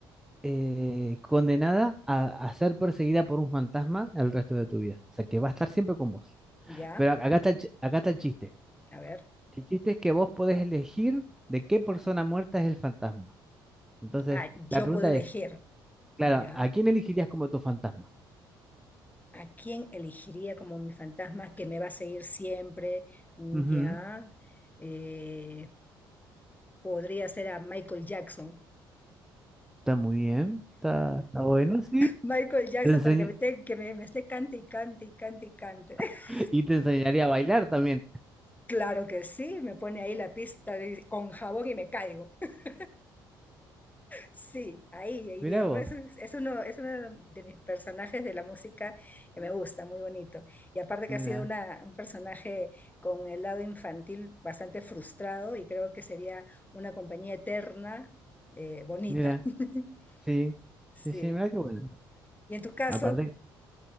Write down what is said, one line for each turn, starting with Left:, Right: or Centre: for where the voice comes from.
Centre: eh, condenada a, a ser perseguida por un fantasma el resto de tu vida. O sea, que va a estar siempre con vos.
Left: ya,
Centre: Pero acá está el, chi- acá está el chiste.
Left: a ver.
Centre: El chiste es que vos podés elegir de qué persona muerta es el fantasma. Entonces,
Left: Ah, yo
Centre: la pregunta
Left: puedo elegir,
Centre: es, claro,
Left: ya.
Centre: ¿a quién elegirías como tu fantasma?
Left: ¿A quién elegiría como mi fantasma que me va a seguir siempre? Ya.
Centre: Ujú,
Left: Eh, podría ser a Michael Jackson.
Centre: Está muy bien, está, está bueno, sí.
Left: Michael Jackson
Centre: Te enseña-
Left: para que me, te- que me, me esté cante y cante y cante y cante. <laughs>
Centre: <laughs> y te enseñaría a bailar también.
Left: Claro que sí, me pone ahí la pista de- con jabón y me caigo. <laughs> Sí, ahí iría.
Centre: Mirá vos,
Left: Por eso es, es uno, es uno de mis personajes de la música que me gusta, muy bonito. Y aparte que
Centre: mira.
Left: ha sido una- un personaje con el lado infantil bastante frustrado y creo que sería una compañía eterna, eh, bonita.
Centre: Mira,
Left: <laughs>
Centre: sí,
Left: Sí.
Centre: sí, sí, mira qué bueno.
Left: Y en tu caso,
Centre: Aparte,